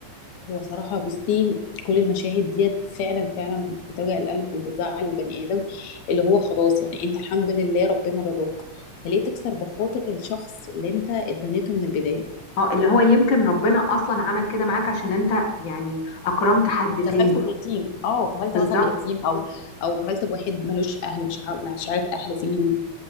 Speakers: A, on the left; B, on the left.
A: هو صراحة بصي كل المشاهد ديت فعلا فعلا بتوجع القلب وبتزعل البني آدم اللي هو خلاص يعني انت الحمد لله ربنا رضاك فليه تكسر بخاطر الشخص اللي انت اتبنيته من البداية
B: اه اللي هو يمكن ربنا أصلا عمل كده معاك عشان أنت يعني أكرمت حد
A: كفلت
B: تاني
A: بيتيم اه كفلت
B: بالظبط
A: مثلا بيتيم او او كفلت بواحد ملوش اهل مش عارف مش عارف اهله فين